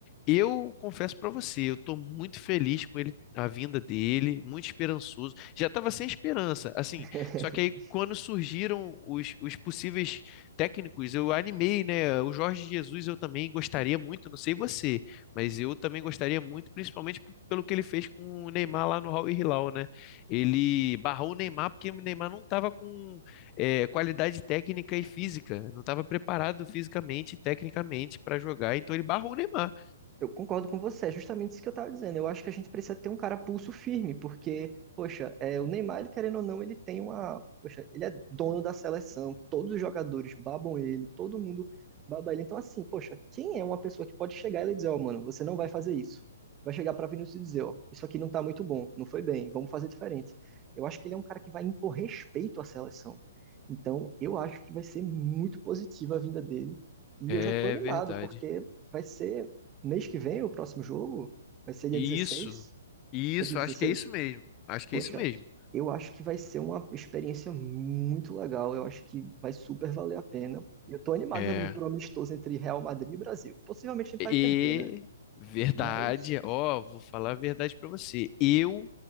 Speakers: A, on the left (about 30°); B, on the right (about 20°).
A: eu confesso para você, eu estou muito feliz com ele, a vinda dele, muito esperançoso. Já estava sem esperança. Assim,
B: <laughs>
A: só que aí, quando surgiram os, os possíveis técnicos, eu animei, né? O Jorge Jesus eu também gostaria muito, não sei você, mas eu também gostaria muito, principalmente p- pelo que ele fez com o Neymar lá no Al Hilal, né? Ele barrou o Neymar porque o Neymar não estava com eh, qualidade técnica e física, não estava preparado fisicamente e tecnicamente para jogar, então ele barrou o Neymar.
B: Eu concordo com você, é justamente isso que eu estava dizendo. Eu acho que a gente precisa ter um cara pulso firme, porque, poxa, é, o Neymar, ele, querendo ou não, ele tem uma. Poxa, ele é dono da seleção, todos os jogadores babam ele, todo mundo baba ele. Então, assim, poxa, quem é uma pessoa que pode chegar e ele dizer, ó, mano, você não vai fazer isso? Vai chegar para Vinícius e dizer, ó, isso aqui não tá muito bom, não foi bem, vamos fazer diferente. Eu acho que ele é um cara que vai impor respeito à seleção. Então, eu acho que vai ser muito positiva a vinda dele. E
A: É
B: eu já estou animado,
A: verdade.
B: porque vai ser Mês que vem, o próximo jogo vai ser dia
A: Isso,
B: dezesseis
A: isso,
B: É dia dezesseis
A: acho que é isso mesmo. Acho que
B: Poxa,
A: é isso mesmo.
B: eu acho que vai ser uma experiência muito legal. Eu acho que vai super valer a pena. E eu tô animado
A: É.
B: também pro amistoso entre Real Madrid e Brasil. Possivelmente a gente
A: E
B: vai perder, né?
A: verdade,
B: Mas
A: ó, vou falar a verdade pra você. Eu